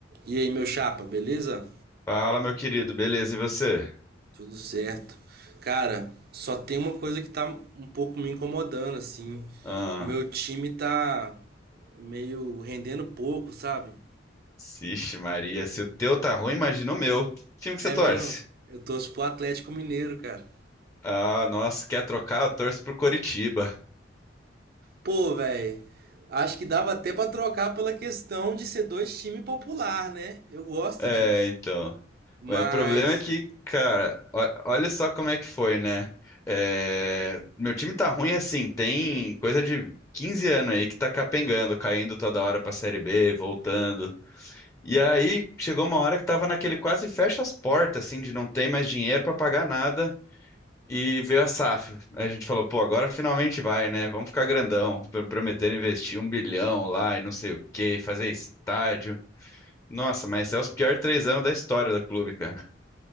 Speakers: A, on the right (about 55°); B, on the left (about 15°).
A: E aí, meu chapa, beleza?
B: Fala, meu querido, beleza? E você?
A: Tudo certo. Cara, só tem uma coisa que tá um pouco me incomodando, assim.
B: Ah,
A: O meu time tá meio rendendo pouco, sabe?
B: vixe Maria, se o teu tá ruim, imagina o meu. Que time que
A: É
B: você torce?
A: mesmo. Eu torço pro Atlético Mineiro, cara.
B: Ah, nossa, quer trocar? Eu torço pro Coritiba.
A: Pô, velho. Acho que dava até pra trocar pela questão de ser dois times popular, né? Eu gosto
B: É,
A: disso.
B: então.
A: Mas,
B: Mas o problema é que, cara, ó- olha só como é que foi, né? É, meu time tá ruim assim, tem coisa de 15 anos aí que tá capengando, caindo toda hora pra Série B, voltando. E aí chegou uma hora que tava naquele quase fecha as portas, assim, de não ter mais dinheiro pra pagar nada. E veio a SAF. Aí A gente falou, pô, agora finalmente vai, né? Vamos ficar grandão. Pr- Prometeram investir um bilhão lá e não sei o quê, fazer estádio. Nossa, mas é os piores três anos da história do clube, cara.